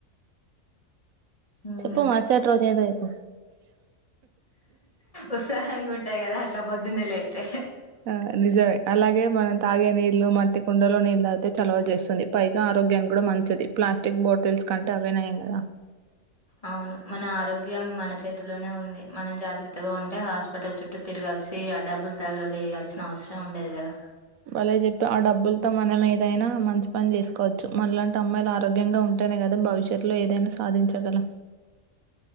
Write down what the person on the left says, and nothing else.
ఉమ్
ఉత్సాహంగా ఉంటాయి కదా అట్లా పొద్దున్నేలేప్తే
అవును మన ఆరోగ్యం మన చేతిలోనే ఉంది మనం జాగ్రత్తగా ఉంటే హాస్పిటల్ చుట్టూ తిరగాల్సి ఆ డబ్బులు తగలియాల్సిన అవసరం ఉండేది కదా